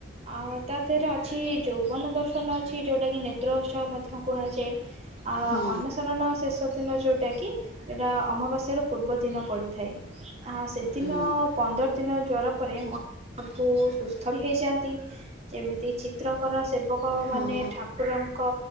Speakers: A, on the right; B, on the left.
A: ଆଉ ତା ଦେହରେ ଅଛି ଯୌବନ ଦର୍ଶନ ଅଛି ଯେଉଟା କିି ନେତ୍ର ଉତ୍ସବ ମଧ୍ୟ କୁହାଯାଏ। ଆ
B: ହୁଁ
A: ଅନସରଣ ଶେଷ ଦିନ ଯୋଉଟା କି। କି ଏଇଟା ଅମାବାସ୍ୟାର ପୂର୍ବ ଦିନ ପଡ଼ିଥାଏ। ଆ ସେଦିନ
B: ହୁଁ
A: ପନ୍ଦର ଦିନ ଜ୍ଵର ପରେ ମ ଭୁ ସୁସ୍ଥ ବି ହେଇଯାନ୍ତି ଯେମିତି ଚିତ୍ରକର ସେବ କଁ ମାନେ
B: ହଁ
A: ଠାକୁରଙ୍କ